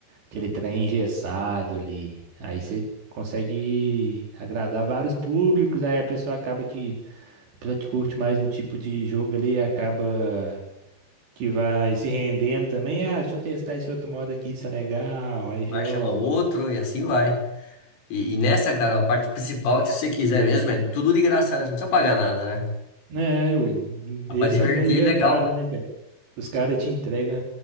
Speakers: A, on the right (about 60°); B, on the left (about 85°).
A: aquele trem engessado ali. Aí você consegue agradar vários públicos, aí a pessoa acaba que, a pessoa que curte mais um tipo de jogo ali, acaba que vai se rendendo também. Ah, deixa eu testar esse outro modo aqui, isso é legal. Aí joga.
B: Vai chama outro e assim vai. E, e nessa, cara, a parte principal é que se você quiser mesmo, é tudo de graça, né? Você não precisa pagar nada, né?
A: É, ui,
B: Dá
A: esse
B: pra divertir,
A: é o grande detalhe,
B: é legal.
A: né, Os caras te entregam